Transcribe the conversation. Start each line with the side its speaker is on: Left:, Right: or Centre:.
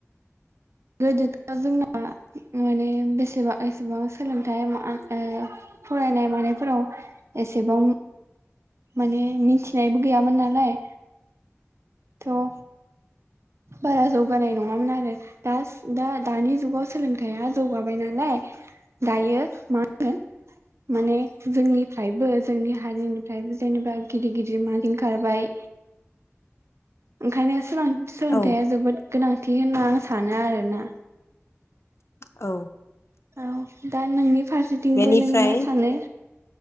Right: गोदोथ' जोंना माने बेसेबां एसेबां सोलोंथाइ माहोनो फरायनाय मानायफोराव एसेबां माने मिथिनायबो गैयामोन नालाय थ' बारा जौगानाय नङामोन आरो दा दा दानि जुगाव सोलोंथाइया जौगाबाय नालाय दायो मा होनो माने जोंनिफ्रायबो जोंनि हारिनिफ्रायबो जेनेबा गिदिर गिदिर मादि खारबाय ओंखायनो सोलोंथाइया
Left: औ
Right: जोबोद गोनां थि होनना आं सानो आरोना
Left: औ
Right: औ दा नोंनि फारसेथिंबो
Left: बेनिफ्राय
Right: नों मा सानो